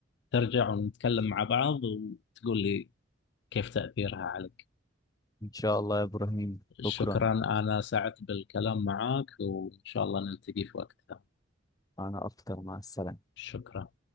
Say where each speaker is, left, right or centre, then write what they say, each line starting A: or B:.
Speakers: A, on the left; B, on the left.
A: ترجع ونتكلم مع بعض وتقول لي كيف تأثيرها عليك
B: إن شاء الله يا إبراهيم
A: شكرا
B: شكرا
A: أنا سعدت بالكلام معك وإن شاء الله نلتقي في وقت ثاني
B: أنا أكتر مع السلامة
A: شكرا